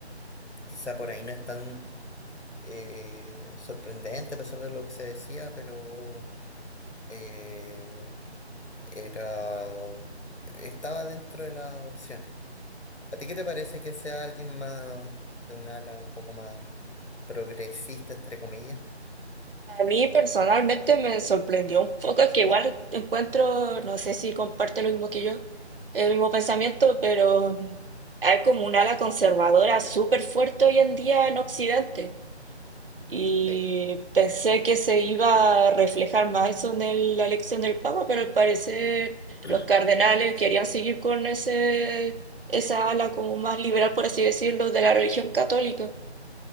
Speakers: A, on the left; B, on the right.
A: Quizá por ahí no están eh, sorprendente a pesar de lo que se decía, pero eh, era estaba dentro de las opciones. ¿A ti qué te parece que sea alguien más de un ala un poco más progresista, entre comillas?
B: A mí personalmente me sorprendió un poco que igual encuentro, no sé si comparte lo mismo que yo, el mismo pensamiento, pero mm, hay como un ala conservadora súper fuerte hoy en día en Occidente. Y
A: Sí,
B: pensé que se iba a reflejar más eso en el- la elección del Papa, pero al parecer
A: <clears throat>
B: los cardenales querían seguir con ese, esa ala como más liberal, por así decirlo, de la religión católica.